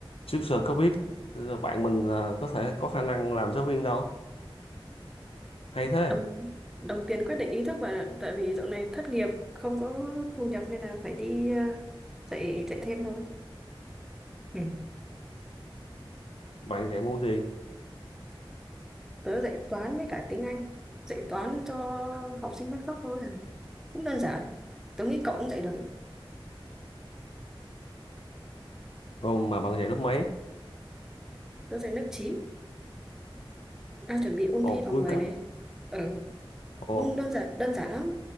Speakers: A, on the left (about 85°); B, in the centre.
A: Trước giờ có biết ờ, bạn mình là có thể có khả năng làm giáo viên đâu. Hay thế.
B: đồng, đồng tiền quyết định ý thức và tại vì dạo này thất nghiệp không có thu nhập nên là phải đi ờ, dạy dạy thêm thôi. Ừ.
A: Bạn dạy môn gì?
B: Tớ dạy toán với cả tiếng Anh. Dạy toán cho học sinh mất gốc thôi à. Cũng đơn giản. Tớ nghĩ cậu cũng dạy được. ý.
A: Ồ, mà bạn dạy lớp mấy?
B: Tớ dạy lớp 9, đang chuẩn bị ôn
A: Ồ
B: thi vào
A: cuối
B: 10
A: cấp.
B: này. Ừ,
A: Ồ
B: cũng đơn giản đơn giản lắm.